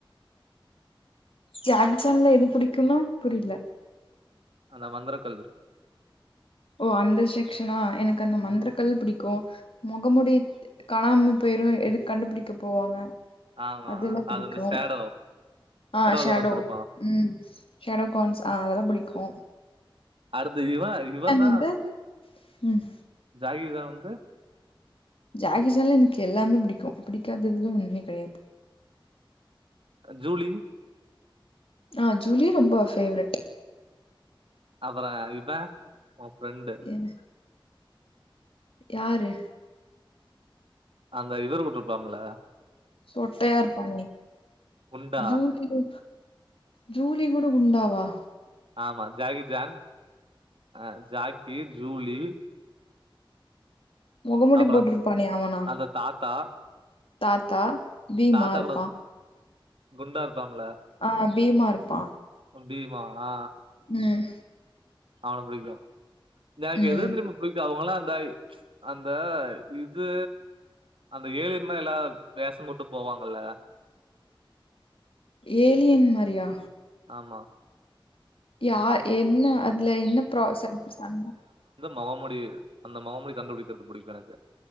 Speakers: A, on the left (about 85°); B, on the right (about 75°).
A: ஜாக்ஜான்ல எது புடிக்குனா புரில
B: அந்த மந்தரக்கல்
A: ஓ அந்த செக்ஷனா எனக்கு அந்த மந்தர
B: ம்.
A: கல் பிடிக்கு முகமுடி த் கலாம் பேரு எதுக் கண்டுபிடிக்க போவாங்க
B: ஆமா.
A: அதுல்லா பிடிக்கு
B: அது அந்த ஷேடோ.
A: ஆ ஷேடோ
B: தான வச்சிருப்பான்.
A: ம் ஷேடோ கோன்ஸ் ஆ அதெல்லா பிடிக்கு
B: அடுத்து இவ இவந்தா
A: வந்து ம்
B: ஜாகி ஜான் வந்து
A: ஜாக்கிஜான்ல எனக்கு எல்லாமே பிடிக்கு பிடிக்காததுனு ஒண்ணமே கெடையாது
B: ஜூலி
A: ஆ ஜூலி ரொம்ப பேஃபேவ்ரெட்
B: அப்றோ இவ ஓ ஃப்ரெண்டு்
A: <unintelligible> யாரு
B: அந்த இவுரு கூட்ருப்பாம்ல
A: சொட்டயா இருப்பானே
B: குண்டா.
A: ஜூலியு ஜூலி கூட உண்டாவா
B: ஆமா ஜாக்கி ஜான் அ ஜாக்கி ஜூலி
A: மொகமுடி
B: அப்புறம்
A: போட்டுருப்பானே அவனா
B: அந்த தாத்தா
A: தாத்தா பீமா
B: தாத்தா
A: இருப்பான்
B: கூட குண்டா இருப்பாம்ல
A: அ பீமா இருப்பா
B: பீமா அ
A: ம்
B: அவன புடிக்கு எனக்கு
A: ம்
B: எது தெரிமா முடிக்கு அவங்களா அந்த அந்த இது அந்த ஏழியன்ட் மாரி எல்லா வேஷோ போட்டு போவாங்கல
A: ஏலியன் மாரியா
B: ஆமா
A: யா என்ன அதுல என்ன ப்ரோ சம் ச
B: மொகமுடி அந்த மொகமுடி கண்டுபிடிக்கிறது பிடிக்கு எனக்கு